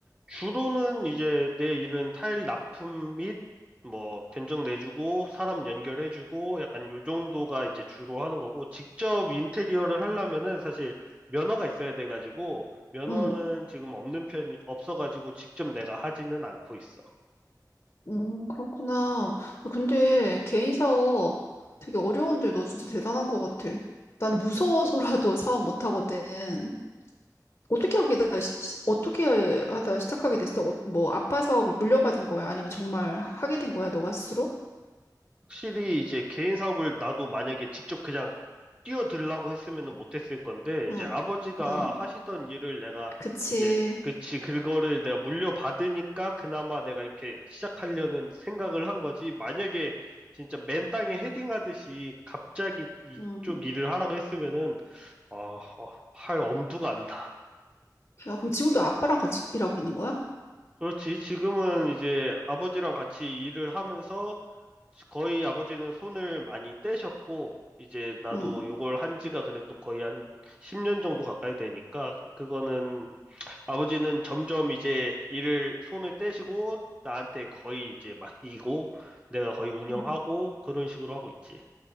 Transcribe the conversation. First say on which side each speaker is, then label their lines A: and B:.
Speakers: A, on the right; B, on the left.
A: 주로는 이제 내 일은 타일 납품 및 뭐 견적 내주고 사람 연결해주고 약간 요 정도가 이제 주로 하는 거고 직접 인테리어를 하려면은 사실 면허가 있어야 돼가지고 면허는
B: 응,
A: 지금 없는 편이 없어가지고 직접 내가 하지는 않고 있어.
B: 음, 그렇구나. 근데 개인 사업 되게 어려운데 너 진짜 대단한 것 같아. 나는 무서워서라도 <laughs> 사업 못 하거든. 어떻게 하게다 어떻게 하다 시작하게 됐어? 어, 뭐 아빠 사업을 물려받은 거야? 아니면 정말 하게 된 거야? 너가 스스로?
A: 확실히 이제 개인 사업을 나도 만약에 직접 그냥 뛰어들라고 했으면은 못했을 건데 이제
B: 응,
A: 아버지가
B: 응,
A: 하시던 일을 내가
B: 그치.
A: 이제 그치 그거를 내가 물려받으니까 그나마 내가 이렇게 시작하려는 생각을 한 거지 만약에 진짜 맨 땅에 헤딩하듯이 갑자기 이쪽
B: 응.
A: 일을 하라고 했으면은 어, 어, 할 엄두가 안 나.
B: 야, 그럼 지금도 아빠랑 같이 일하고 있는 거야?
A: 그렇지 지금은 이제 아버지랑 같이 일을 하면서 거의 아버지는 손을 많이 떼셨고, 이제 나도
B: 응.
A: 요걸 한 지가 그래도 거의 한 10년 정도 가까이 되니까, 그거는 아버지는 점점 이제 일을 손을 떼시고, 나한테 거의 이제 맡기고, 내가 거의 운영하고,
B: 응.
A: 그런 식으로 하고 있지.